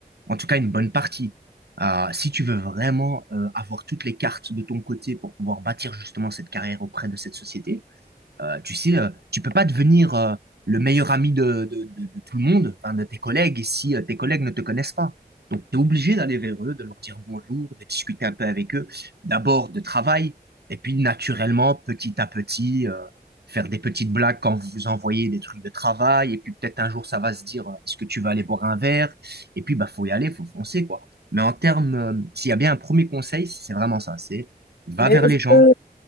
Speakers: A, on the right; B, on the left.
A: En tout cas, une bonne partie. Euh, si tu veux vraiment euh, avoir toutes les cartes de ton côté pour pouvoir bâtir justement cette carrière auprès de cette société, euh, tu sais, euh, tu peux pas devenir euh, le meilleur ami de, de- de- de tout le monde, enfin, de tes collègues, si euh, tes collègues ne te connaissent pas. Donc, tu es obligé d'aller vers eux, de leur dire bonjour, de discuter un peu avec eux, d'abord de travail, et puis naturellement, petit à petit, euh, faire des petites blagues quand vous vous envoyez des trucs de travail, et puis peut-être un jour, ça va se dire, euh, est-ce que tu vas aller boire un verre? Et puis, bah, faut y aller, faut foncer, quoi. Mais en termes, euh, s'il y a bien un premier conseil, c'est vraiment ça, c'est va
B: Mais
A: vers
B: est-ce
A: les gens.
B: que,